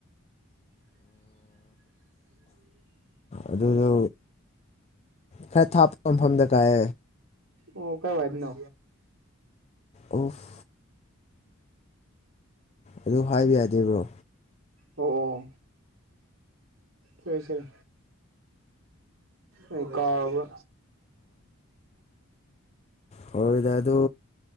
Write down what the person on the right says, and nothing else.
<unintelligible>
ꯑꯣ ꯀꯥꯏ ꯋꯥꯗ ꯅ
ꯑꯣ ꯑꯣ ꯍꯣꯏ ꯁꯔ ꯑꯩ ꯀꯥꯎꯕ